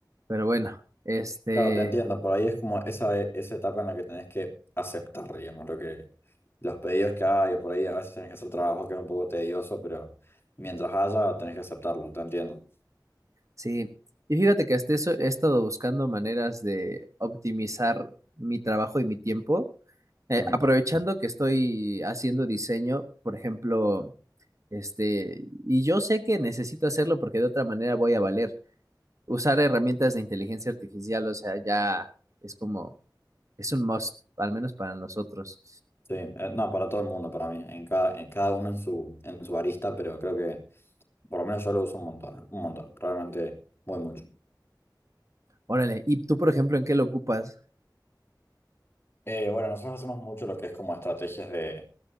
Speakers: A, on the right; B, on the left.
A: Pero bueno, este,
B: Claro, te entiendo. Por ahí es como esa, esa etapa en la que tenés que aceptar, digamos, lo que, los pedidos que hay, o por ahí a veces tenés que hacer trabajo que es un poco tedioso, pero mientras haya, tenés que aceptarlo, te entiendo.
A: sí. Y fíjate que hasta eso he estado buscando maneras de optimizar mi trabajo y mi tiempo. Eh,
B: Mm.
A: aprovechando que estoy haciendo diseño, por ejemplo, este, y yo sé que necesito hacerlo porque de otra manera voy a valer. Usar herramientas de inteligencia artificial, o sea, ya es como, es un must, al menos para nosotros.
B: Sí, eh, no, para todo el mundo, para mí, en cada, en cada uno en su, en su arista, pero creo que por lo menos yo lo uso un montón, un montón, realmente muy mucho.
A: Órale, ¿y tú, por ejemplo, en qué lo ocupas?
B: Eh, bueno, nosotros hacemos mucho lo que es como estrategias de,